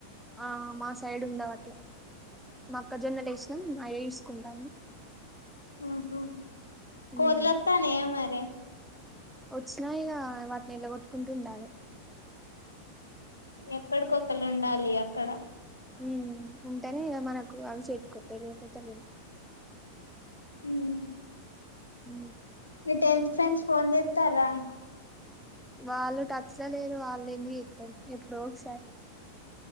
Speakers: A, in the centre; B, on the left (about 80°).
A: ఆ మా సైడ్ ఉండావు అట్లా మాక్కజొన్న లే వేసినాం అయే చూసుకుంతాంది
B: ఉహు కోతులు
A: ఉమ్
B: అత్తనయ మరి <inaudible>
A: వచ్చినా ఇక వాటిని వెలగొట్టుకుంటు ఉండాలి
B: ఎక్కడికొక్కరు ఉండాలి అక్కడ
A: ఉ ఉంటేనే ఇద మనకు అవి చేతికత్తాయి లేకపోతే లేవు
B: హ్మ్మ్
A: ఉ
B: మీ టెన్త్ ఫ్రెండ్స్ ఫోన్ చేస్తారా <inaudible>
A: వాళ్ళు టచ్లా లేరు వాళ్ళు ఏమి ఎట్ారు ఎప్పుడు ఒకసారి